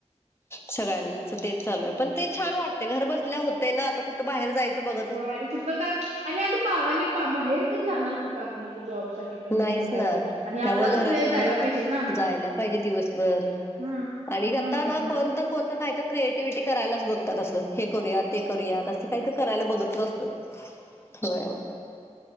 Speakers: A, on the left; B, on the right.
A: सगळ्यांच तेच चालू आहे पण ते छान वाट ते घर बसल्या होते ना आता कुठ बाहेर जायचं बघ
B: हो आणि कुठं काय आणि आता आणि बाहेर पण जाणार कुठं आपण आता जॉब साठी पण
A: नाहीच
B: नाही म्हटल्यावर
A: ना
B: आणि
A: त्यामुळे
B: आपला
A: घरातल्या
B: पण वेळ जायला
A: घरात
B: पाहिजेल ना.
A: जायला पाहिजे दिवसभर
B: हम्म.
A: आणि आता
B: हम्म.
A: ना कोणत कोणतं खायचं क्रिएटिव्हटी करायलाच बघतात असं हे करूया ते करूयात अस काही तर करायला बघत असत हो